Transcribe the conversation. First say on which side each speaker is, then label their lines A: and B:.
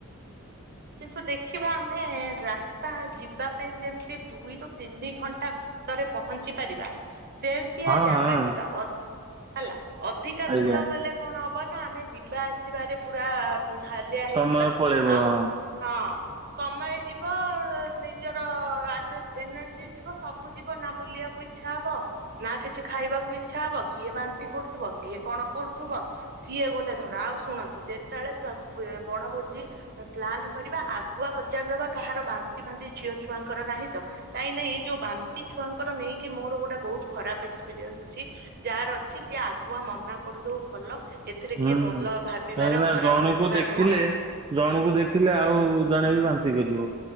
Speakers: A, on the right; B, on the right.
A: କିନ୍ତୁ ଦେଖିବା ଆମେ ରାସ୍ତା ଯିବା ପାଇଁ ଯେମିତି ଦୁଇରୁ ତିନି ଘଣ୍ଟା ଭିତରେ ପହଞ୍ଚି ପାରିବା। ସେମତିଆ
B: ହଁ
A: ଜାଗା
B: ହଁ
A: ଜିବା। ଅ ହେଲା। ଅଧିକା
B: ଆଜ୍ଞା
A: ଦୂର ଗଲେ କଣ ହ ହବ ନା ଆମେ ଯିବା ଆସିବାରେ ପୁରା ହୁଁ ହାଲିଆ
B: ସମୟ
A: ହେଇଯିବା।
B: ପଳେଇବ ହଁ।
A: ଆଉ ହଁ ସମୟ ଯିବ, ନିଜର ଏନ ଏନର୍ଜି ଯିବ, ସବୁ ଯିବ ନା ବୁଲିଆକୁ ଇଚ୍ଛା ହବ। ନା କିଛି ଖାଇବାକୁ ଇଚ୍ଛା ହବ, କିଏ ବାନ୍ତି କରୁଥିବ, କିଏ କଣ କରୁଥିବ ସିଏ ଗୋଟେ ଧନ୍ଦା। ଆଉ ଶୁଣନ୍ତୁ, ଯେତେବେଳେ ବଣଭୋଜି ପ୍ଲାନ କରିବା ଆଗୁଆ ପଚାରିଦବା, କାହାର ବାନ୍ତି ଫାନ୍ତି ଝିଅ ଛୁଆଙ୍କର ନାହିଁ ତ? କାଇଁ ନ ଏ ଯୋଉ ବାନ୍ତି ଛୁଆଙ୍କର ନେଇକି ମୋର ଗୋଟେ ବହୁତ ଖରାପ ଏକ୍ସପିରିଏନ୍ସ ଅଛି। ଯାହାର ଅଛି ସିଏ ଆଗୁଆ ମନା କରିଦଉ ଭଲ। ଏଥିରେ
B: ହୁଁ।
A: କିଏ ଭଲ ଭାବିବାର
B: କାହିଁକି ନା
A: ଖରାପ
B: ଜଣକୁ
A: ଭାବିବା
B: ଦେଖିଲେ
A: ନୁହଁ।
B: ଜଣକୁ ଦେଖିଲେ ଆଉ ଜଣେ ବି ବାନ୍ତି କରିବ।